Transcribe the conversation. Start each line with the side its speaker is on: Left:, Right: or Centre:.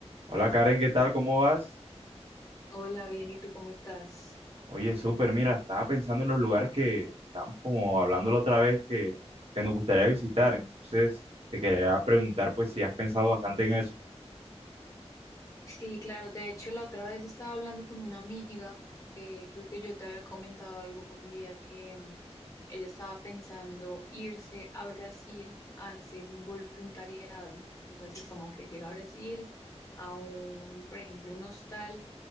Right: Hola Karen, ¿qué tal? ¿Cómo vas?
Left: Hola, bien, ¿y tú cómo estás?
Right: Oye, súper, mira, estaba pensando en los lugares que estamos como hablando la otra vez que, que nos gustaría visitar. Entonces, te quería preguntar pues si has pensado bastante en eso.
Left: Sí, claro, de hecho la otra vez estaba hablando con una amiga, eh, creo que yo te había comentado algún día que mm, ella estaba pensando irse a Brasil a hacer un voluntariado, o sea, así como que llega a Brasil a un, por ejemplo, un hostal